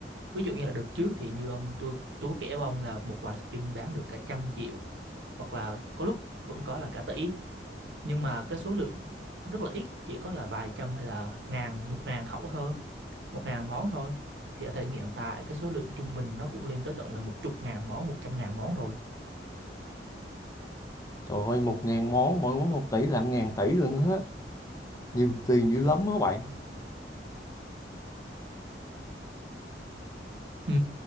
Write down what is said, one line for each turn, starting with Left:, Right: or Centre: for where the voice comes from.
Right: ví dụ như là đợt trước thì như ông tôi tôi có kể với ông là một vài skin bán được cả trăm triệu hoặc là có lúc vẫn có là cả tỷ nhưng mà cái số lượng rất là ít chỉ có là vài trăm hay là ngàn một ngàn khẩu thôi một ngàn món thôi thì ở thời điểm hiện tại cái số lượng trung bình nó cũng lên tới tận là một chục ngàn món một trăm ngàn món rồi
Left: Trời ơi, một ngàn món, mỗi món một tỷ là ngàn tỷ luôn á. Nhiều tiền dữ lắm á bạn.
Right: ừ.